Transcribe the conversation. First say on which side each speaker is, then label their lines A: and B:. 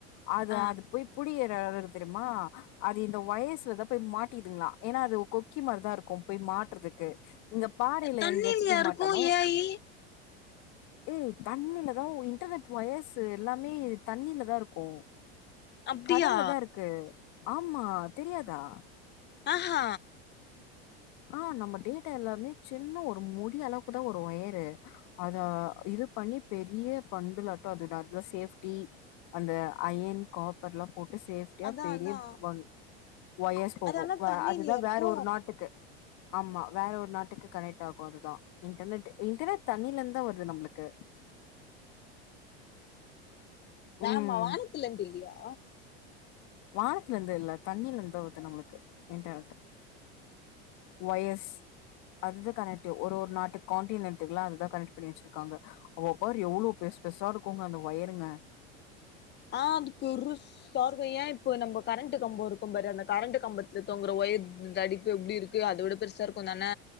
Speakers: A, on the left (about 55°); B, on the left (about 35°).
A: அது
B: ஆ
A: அது போய் புடியிற எடோயிருக்கு தெரிமா அது இந்த வயர்ஸ்லத போய் மாட்டிதுங்ளா ஏனா அது கொக்கி மாரிதாருக்கும் போய் மாட்றதுக்கு இங்க பாறையில
B: தண்ணிலயா
A: யெங்கயாச்சும் போய்
B: இருக்கு
A: மாட்டாம
B: ஏ ஐ
A: ஏய் தண்ணில தான் இன்டர்நெட் ஒயர்ஷு யெல்லாமே தண்ணில தா இருக்கும்
B: <inaudible> <unintelligible> அப்டியா
A: கடல்ல தான் இருக்கு ஆமா தெரியாதா
B: அ ஹ
A: ஆ நம்ம டேட்டா எல்லாமே சின்ன ஒரு மொடி அளவுக்குதா ஒரு ஒயரு அதா இது பண்ணி பெரிய பண்டலாட்டு அது டாட்லா சேஃப்டி அந்த அயன் காப்பர் ல்லா போட்டு சேப்டியா
B: அதா
A: பெரிய
B: அதா
A: பண் ஒயர்ஸ் போகும்
B: அது ஆனா தண்ணிலயா
A: அதுதா
B: இருக்கு
A: வேற ஒரு ஒரு நாட்டுக்கு ஆமா வேற ஒரு நாட்டுக்கு கனெக்ட் ஆகும் அதுதா இன்டர்நெட் இன்டர்நெட் தண்ணில இருந்து தா வருது நம்ளுக்கு
B: நாம
A: ம்
B: வானத்ல இருந்து இல்லயா
A: வானத்துல இந்துல்ல தண்ணில இந்துதா வருது நம்ளுக்கு இன்டர்நெட் ஒயஸ் அதுதா கனெக்ட்வ் ஒரு ஒரு நாட்டு கான்டினென்ட்டுல்லா அதா கனெக்ட் பண்ணி வச்ர்க்காங்க அவ பாரு எவ்வளவு பெர்ஸ் பெர்சா இருக்குங்க அந்த ஒயருங்க
B: ஆ பெருஷ் ஷா இருக்கும் ஏன் இப்ப நம்ம கரண்ட் கம்போ இருக்கு பாரு அந்த கரண்ட் கம்பத்துல தோங்குற ஒயர் தடிப்பு எப்டி இரு க்கு அத விட பெருசா இருக்கும தான